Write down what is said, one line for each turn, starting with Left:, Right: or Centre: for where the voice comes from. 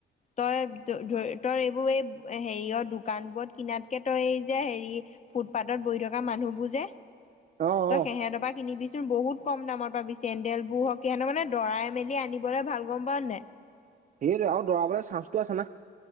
Left: তই <unintelligible> ধৰি তই এইবোৰ এই হেৰিয়ৰ দোকানবোৰত কিনাতকে তই এই যে হেৰি <inaudible> ফুটপাথত বহি থকা মানুহবোৰ যে
Right: অ অ
Left: তই
Right: অ
Left: সেহেঁতৰ পৰা কিনিবি চোন বহুত <inaudible> কম দামত পাবি চেণ্ডেলবোৰ হওক। সিহঁতৰ মানে দৰাই মেলি আনিবলৈ ভাল গ'ম পাওঁ নাই। <unintelligible>
Right: সেইটো আকৌ দৰাবলৈ চান্সটো আছে না। <inaudible>